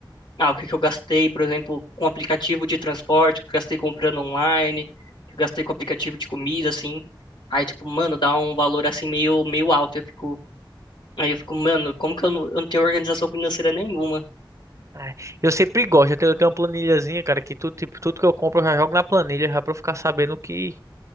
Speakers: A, on the left; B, on the right.
A: Ah, o que que eu gastei, por exemplo, com aplicativo de transporte, o que eu gastei comprando online, o que eu gastei com aplicativo de comida, assim. Aí, tipo, mano, dá um valor, assim, meio, meio alto. Eu fico, aí eu fico, mano, como que eu não, eu não tenho organização financeira nenhuma?
B: É, eu sempre gosto, eu tenho, eu tenho uma planilhazinha, cara, que tudo, tipo, tudo que eu compro eu já jogo na planilha, já pra eu ficar sabendo o que,